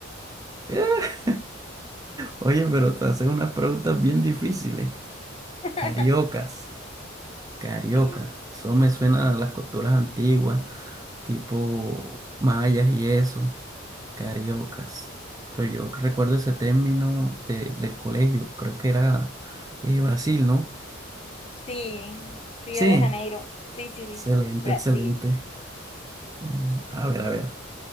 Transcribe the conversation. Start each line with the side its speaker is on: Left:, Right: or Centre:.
Right: <laughs> Oye, pero te hacen unas preguntas bien difíciles.
Left: <laughs>
Right: Cariocas. Carioca.
Left: Sí,
Right: Eso me suena a las culturas antiguas, tipo mayas y eso. Cariocas. Pero yo recuerdo ese término de- del colegio. Creo que era eh, Brasil, ¿no?
Left: sí, Río
Right: Sí.
Left: de Janeiro. Sí, sí, sí,
Right: Excelente,
Left: Brasil.
Right: excelente. Mm, A ver, a ver.